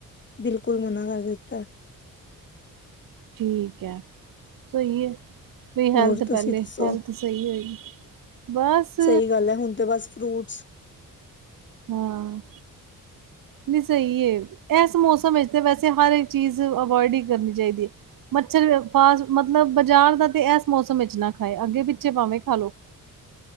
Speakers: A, on the left (about 35°); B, on the right (about 75°).
A: ਬਿਲਕੁਲ ਮਨਾ ਕਰ ਦਿੱਤਾ
B: ਠੀਕ ਹੈ ਸਹੀ ਹੈ
A: ਹੋਰ
B: ਹੈਲਥ
A: ਤੁਸੀਂ
B: ਪਹਿਲੇ
A: ਦੱਸੋ
B: ਹੈਲਥ ਸਹੀ ਹੋਏਗੀ ਬਸ
A: ਸਹੀ ਗੱਲ ਹੈ ਹੁਣ ਤੇ ਬਸ ਫਰੂਟਸ
B: ਹਾਂ ਨਹੀਂ ਸਹੀ ਹੈ ਇਸ ਮੌਸਮ ਵਿੱਚ ਤੇ ਵੈਸੇ ਹਰ ਇੱਕ ਚੀਜ਼ ਅਵਇਡ ਹੀ ਕਰਨੀ ਚਾਹੀਦੀ ਹੈ ਮੱਛਰ ਫਾਸ ਮਤਲਬ ਬਾਜ਼ਾਰ ਦਾ ਤੇ ਇਸ ਮੌਸਮ ਵਿੱਚ ਨਾ ਖਾਏ ਅੱਗੇ ਪਿੱਛੇ ਪਾਵੇਂ ਖਾਲੋ।
A: <inaudible>